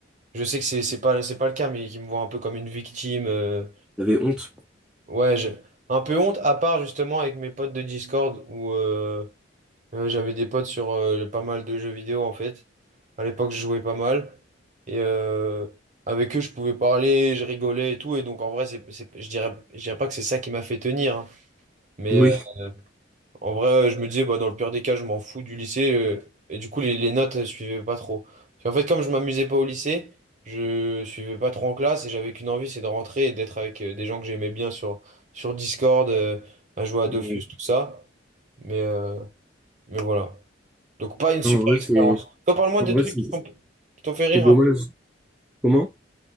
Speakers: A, on the right; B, in the centre.
A: Je sais que c'est c'est pas, c'est pas le cas, mais qu'ils me voient un peu comme une victime. euh,
B: T'avais honte.
A: Ouais, je- un peu honte, à part justement avec mes potes de Discord, où euh, euh, j'avais des potes sur euh, pas mal de jeux vidéo, en fait. À l'époque, je jouais pas mal. Et euh, avec eux, je pouvais parler, je rigolais et tout. Et donc, en vrai, c'est, c'est- je dirais, je dirais pas que c'est ça qui m'a fait tenir. hein, mais,
B: Oui.
A: euh, en vrai, euh, je me disais, bah, dans le pire des cas, je m'en fous du lycée. euh, et du coup, les, les notes, je suivaient pas trop. Puis en fait, comme je m'amusais pas au lycée, je suivais pas trop en classe et j'avais qu'une envie, c'est de rentrer et d'être avec euh, des gens que j'aimais bien sur, sur Discord, euh, à jouer à Dofus,
B: Ouais.
A: tout ça. Mais, euh, mais voilà. Donc, pas une super
B: Non, en vrai,
A: expérience.
B: c'est,
A: Toi, parle-moi
B: en
A: de
B: vrai,
A: trucs
B: c'est
A: qui t'ont qui t'ont fait rire
B: c'est dommage.
A: un peu.
B: Comment?